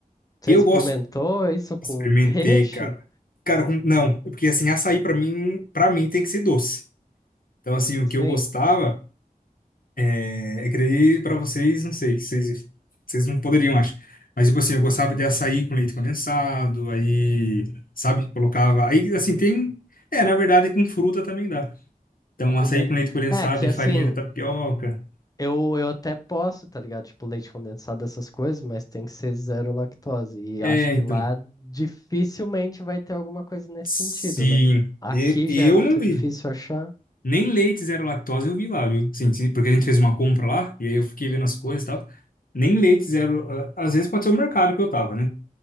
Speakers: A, on the left; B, on the left.
A: Você
B: Eu
A: experimentou
B: gosto
A: isso com
B: Experimentei,
A: <laughs> peixe?
B: cara. Cara, com- não, porque assim, açaí pra mim, para mim tem que ser doce. Então, assim, o
A: Sim,
B: que eu gostava é, é creio para vocês, não sei, vocês, vocês não poderiam, acho. Mas tipo assim, eu gostava de açaí com leite condensado, aí, sabe, colocava, aí assim, tem, é, na verdade com fruta também dá. Então,
A: tô ligado.
B: açaí com leite condensado
A: É, que
B: e
A: assim,
B: farinha de tapioca.
A: eu, eu até posso, tá ligado? Tipo, leite condensado, essas coisas, mas tem que ser zero lactose. E
B: É,
A: acho que
B: então.
A: lá dificilmente vai ter alguma coisa nesse
B: Sim.
A: sentido, né? Aqui
B: E, e
A: já
B: eu
A: é muito
B: não vi.
A: difícil achar.
B: Nem leite zero lactose eu vi lá, viu? Sim, sim, porque a gente fez uma compra lá, e aí eu fiquei vendo as coisas e tal. Nem leite zero. ah, Às vezes pode ser o mercado que eu tava, né?